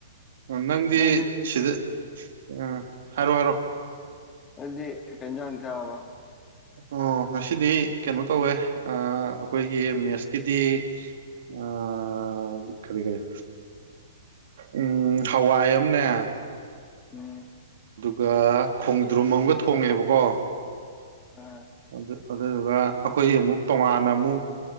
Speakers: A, on the right; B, on the left.
A: ꯅꯪꯗꯤ
B: ꯅꯣꯏꯗꯤ
A: ꯁꯤꯗ ꯑꯥ ꯍꯥꯏꯔꯣ ꯍꯥꯏꯔꯣ
B: ꯑꯗꯨꯗꯤ ꯀꯩ ꯏꯟꯖꯥꯡ ꯆꯥꯔꯕ
A: ꯑꯣ ꯉꯁꯤꯗꯤ ꯀꯩꯅꯣ ꯇꯧꯋꯦ ꯑꯥ ꯑꯩꯈꯣꯏꯒꯤ ꯃ꯭ꯦꯠꯁꯀꯤꯗꯤ ꯑꯥ ꯀꯔꯤ ꯀꯔꯤ ꯎꯝ ꯍꯋꯥꯏ ꯑꯃꯅꯦ
B: ꯎꯝ
A: ꯑꯗꯨꯒ ꯈꯣꯡꯗ꯭ꯔꯨꯝ ꯑꯃꯒ ꯊꯣꯡꯉꯦꯕꯀꯣ
B: ꯑꯥ
A: ꯑꯗꯨ ꯑꯗꯨꯗꯨꯒ ꯑꯩꯈꯣꯏ ꯑꯃꯨꯛ ꯇꯣꯉꯥꯟꯅ ꯑꯃꯨꯛ